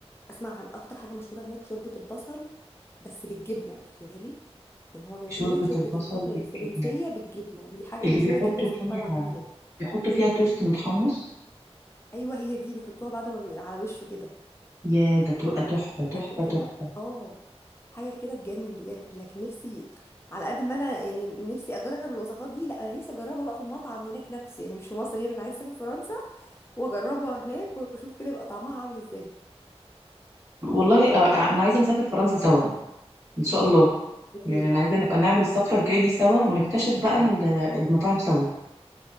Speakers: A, on the left (about 25°); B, on the right (about 30°).
A: اسمع عن اكتر حاجه مشهوره هناك شوربه البصل بس بالجبنه تخيلي يعني هما بيعملوها
B: شوربه
A: شوربه
B: البصل
A: البصل الفرنسيه
B: بالجبنه
A: بالجبنه دي حاجه
B: اللي
A: مشهوره
B: بيحطوا
A: جدا في
B: فيها
A: المطاعم عندهم هناك
B: بيحطوا فيها توست متحمص
A: ايوه هي دي بيحطوها بعد ما بي- على وشه كده
B: يا ده تبقى تحفه تحفه
A: حاجة
B: تحفه
A: كده اه حاجة كده تجنن بجد لكن نفسي على قد ما انا يعني نفسي اجرب الوصفات دي لا انا نفسي اجربها بقى في المطعم هناك نفسه يعني مش في مصر يعني انا عايزة اسافر فرنسا واجربها هناك واشوف كده يبقى طعمها عامل ازاي
B: والله آه، آه، انا عايزه نسافر فرنسا سوا ان شاء الله
A: يا
B: يعني
A: ريت
B: انا عايزه نبقى نعمل السفره الجايه دي سوا ونكتشف بقى ال- المطاعم سوا